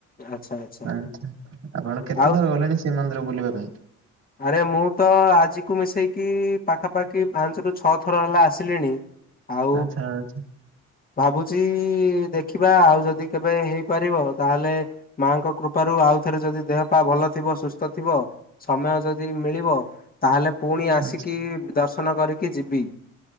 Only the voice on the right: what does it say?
ଆଛା ଆପଣ କେତେ
ଥର ଗଲେଣି ସେ ସେ ମନ୍ଦିର ବୁଲିବା ପାଇଁ।
ଆଚ୍ଛା ଆଛା।
ଆଚ୍ଛା